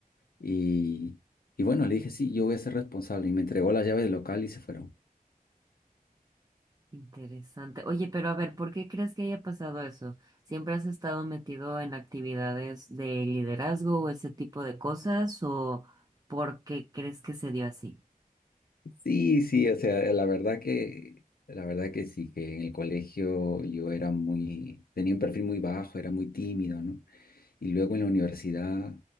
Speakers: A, on the left (about 85°); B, on the right (about 25°).
A: Y, y bueno, le dije, sí, yo voy a ser responsable. Y me entregó las llaves del local y se fueron.
B: Interesante. Oye, pero a ver, ¿por qué crees que haya pasado eso? ¿Siempre has estado metido en actividades de liderazgo o ese tipo de cosas? ¿O por qué crees que se dio así?
A: Sí, sí, o sea, la verdad que, la verdad que sí, que en el colegio yo era muy, tenía un perfil muy bajo, era muy tímido, ¿no? Y luego en la universidad,